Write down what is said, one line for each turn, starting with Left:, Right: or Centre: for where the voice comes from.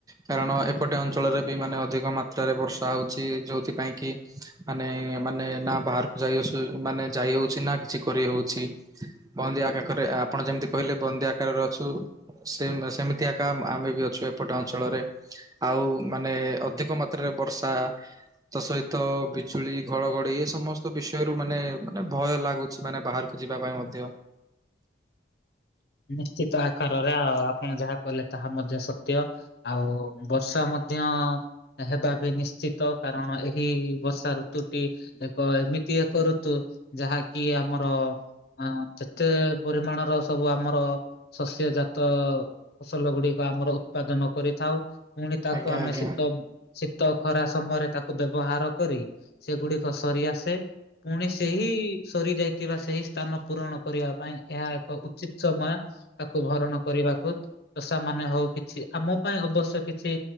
Right: କାରଣ ଏପଟେ ଅଞ୍ଚଳରେ ବି ମାନେ ଅଧିକ ମାତ୍ରାରେ ବର୍ଷା ହେଉଛି ଯେଉଁଥିପାଇଁ କି ମାନେ ମାନେ ନା ବାହାରକୁ ଯାଇସୁ ମାନେ ଯାଇ ହଉଛି ନା କିଛି କରି ହଉଛି ବନ୍ଦି ଆକାଖରେ ଆପଣ ଯେମିତି କହିଲେ ବନ୍ଦି ଆକାରରେ ସେ ସେମିତି ଏକା ଆମେ ବି ଅଛୁ ଏପଟ ଅଞ୍ଚଳରେ ଆଉ ମାନେ ଅଧିକ ମାତ୍ରାରେ ବର୍ଷା ତା ସହିତ ବିଜୁଳି ଘଡଘଡି ଏ ସମସ୍ତ ବିଷୟରୁୁ ମାନେ ମାନେ ଭୟ ଲାଗୁ ସେମାନେ ବାହାରକୁ ଯିବା ପାଇଁ ମଧ୍ୟ
Left: ନିଶ୍ଚିତ ଆକାରରେ ଆଉ ଆପଣ ଯାହା କଲେ ତାହା ମଧ୍ୟ ସତ୍ୟ। ଆଉ ବର୍ଷା ମଧ୍ୟ ହେବା ବି ନିଶ୍ଚିତ, କାରଣ ଏହି ବର୍ଷା ଋତୁଟି ଏକ ଏମିତି ଏକ ଋତୁ, ଯାହାକି ଆମର ଅଁ ଯେତେ ପରିମାଣର ସବୁ ଆମର ଶସ୍ୟଜାତ ଫସଲ ଗୁଡିକ ଆମର ଉତ୍ପାଦନ କରିଥାଉ, ପୁଣି ତାକୁ
Right: ଆଜ୍ଞା
Left: ଆମେ
Right: ଆଜ୍ଞା।
Left: ଶୀତ ଶୀ ତ ଖରା ସମୟରେ ତାକୁ ବ୍ୟବହାର କରି ସେଗୁଡିକ ସରିଆସେ। ପୁଣି ସେହି ସରିଯାଇଥିବା ସେହି ସ୍ଥାନ ପୂରଣ କରିବା ପାଇଁ ଏହା ଏକ ଉଚିତ୍ ସମୟ ତାକୁ ଭରଣ କରିବାକୁ। ଚଷା ମାନେ ହଉ କିଛି ଆମ ପାଇଁ ଅବଶ୍ୟ କିଛି